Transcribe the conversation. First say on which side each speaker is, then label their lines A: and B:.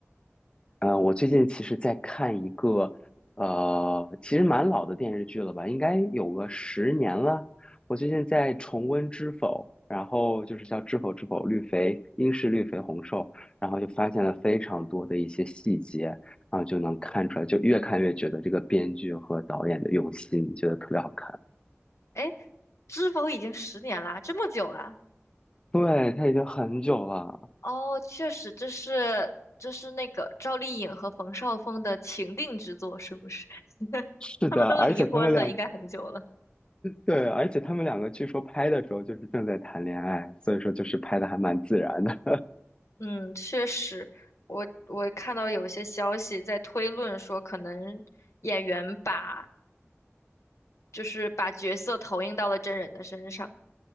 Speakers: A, on the left; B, on the left.
A: 嗯，呃我最近其实在看一个，呃，其实蛮老的电视剧了吧，应该有个十年了。我最近在重温《知否》，然后就是叫《知否知否绿肥应是绿肥红瘦》，然后就发现了非常多的一些细节，然后就能看出来，就越看越觉得这个编剧和导演的用心，觉得特别好看。
B: 哎，知否已经十年啦，这么久啦？
A: 对，他已经很久了，
B: 哦，确实，这是这是那个赵丽颖和冯绍峰的情定之作，是不是？<laughs>
A: 是的，
B: 他们都离婚了，
A: 而且他们两
B: 应该很久了。
A: 对，而且他们两个据说拍的时候就是正在谈恋爱，所以说就是拍的还蛮自然的。
B: 嗯，确实，我我看到有些消息在推论说，可能演员把就是把角色投影到了真人的身上。